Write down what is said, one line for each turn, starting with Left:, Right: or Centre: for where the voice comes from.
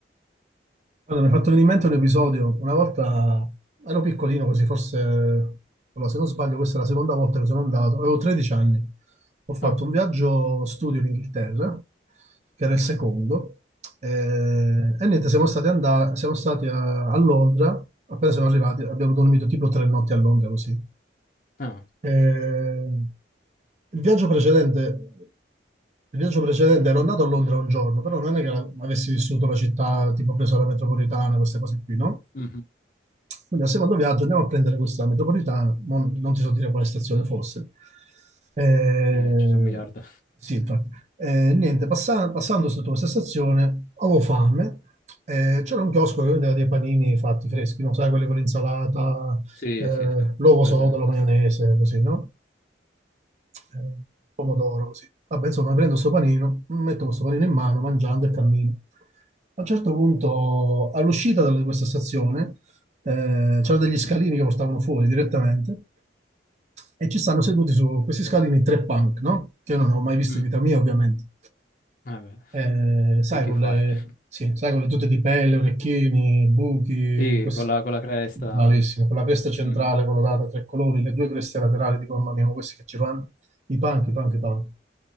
Right: Guarda, mi hai fatto venire in mente un episodio. Una volta ero piccolino così, forse, allora, se non sbaglio, questa è la seconda volta che sono andato. Avevo 13 anni. Ho fatto
Left: Ah,
Right: un viaggio studio in Inghilterra, che era il secondo. eh, E, niente, siamo stati, andati, siamo stati a, a Londra. Appena siamo arrivati, abbiamo dormito tipo tre notti a Londra così.
Left: ah,
Right: Eh,
Left: ok.
Right: il viaggio precedente, il viaggio precedente ero andato a Londra un giorno, però non è che la- avessi vissuto la città, tipo preso la metropolitana, queste cose qui, no?
Left: Mhm.
Right: Quindi al secondo viaggio andiamo a prendere questa metropolitana, mo- non, ti so dire quale stazione fosse. Eh,
Left: Eh, ci sono un miliardo.
Right: sì, infatti. Eh, niente, passa- passando sotto questa stazione avevo fame, eh, c'era un chiosco che vendeva dei panini fatti freschi, non sai, quelli con l'insalata,
Left: Sì,
Right: eh,
Left: sì, sì,
Right: l'uovo
Left: presente,
Right: sodo, la maionese,
Left: sì.
Right: così, no? Eh, pomodoro, così. Vabbè, insomma, prendo questo panino, metto questo panino in mano, mangiando e cammino. A un certo punto, all'uscita da questa stazione, eh, c'erano degli
Left: Mhm.
Right: scalini che portavano fuori direttamente e ci stanno seduti su questi scalini tre punk, no? Che io non ho mai visto
Left: Mm.
Right: in vita mia, ovviamente.
Left: Eh beh,
Right: Eh, sai,
Left: è più
Right: con
Left: facile.
Right: le,
Left: <laughs>
Right: sì, sai, con le tute di pelle, orecchini, buchi,
Left: Sì,
Right: questi-
Left: con la, con la cresta.
Right: Bravissimo, con la cresta centrale
Left: Mhm,
Right: colorata
Left: Sì, sì.
Right: a tre colori, le due creste laterali, dico, mamma mia, ma questi che ci vanno, i punk, i punk, i punk.